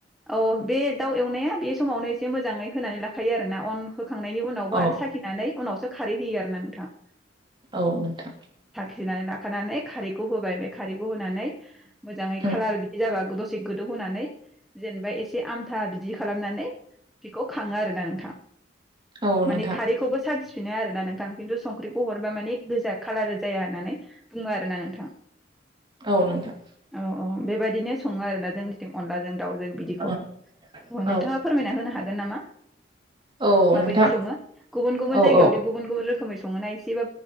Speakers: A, in the centre; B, on the right (about 25°).
A: औ बे दाउ एवनाया बे समावनो एसे मोजाङै होनानै लाखायो आरोना अन होखांनायनि उनावबो
B: औ
A: आरो साखिनानै उनावसो खारै होयो आरोना नोंथां ।
B: औ नोंथां।
A: थिनानै लाखानानै खारैखौ होबाय बे खारैखौ होनानै। मोजाङै
B: उम
A: खालार बिदि जाबा गो दसे गोदौ होनोनानै जेनेबा एसे आमथा बिदि खालामनानै बेखौ खाङो आरोना नोंथां।
B: औ
A: माने
B: नोंथां
A: खारैखौबो साखिफिनो आरो ना नोंथां खिन्थु संख्रि हरबा माने गोजा खालार जाया होननानै बुङो आरो ना नोंथां।
B: औ नोंथां।
A: अ अ बेबायदिनो सङो आरो ना जोंनिथिं अनलाजों दा जों बिदिखौ,
B: औ
A: नोंथाङा
B: औ
A: फोरमायना होनो हागोन? गोन नामा?
B: औ
A: माबायदि
B: नोंथां
A: सङो गुबुन गुबुन
B: औ
A: जायगायावदि
B: औ
A: गुबुन गुबुन रोखोमै सङ संङोना इसे।